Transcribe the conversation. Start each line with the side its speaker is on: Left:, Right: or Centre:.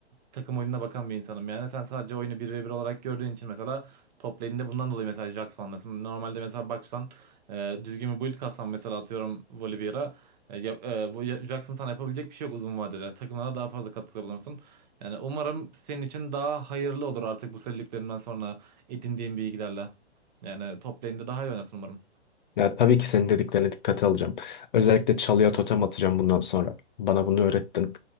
Right: takım oyununa bakan bir insanım yani. Sen sadece oyunu bir ve bir olarak gördüğün için mesela top lane'de bundan dolayı mesela Jaxx mesela Normalde mesela baksan e, düzgün bir build katsan mesela atıyorum Volibear'a e, ya- e, bu ya- Jaxx'ın sana yapabilecek bir şey yok uzun vadede. Takımına daha fazla katkıda bulunursun. Yani umarım senin için daha hayırlı olur artık bu söylediklerinden sonra edindiğin bilgilerle. Yani top lane'de daha iyi oynasın umarım.
Left: Ya tabii ki senin dediklerine dikkate alacağım. Özellikle çalıya totem atacağım bundan sonra. Bana bunu öğrettin.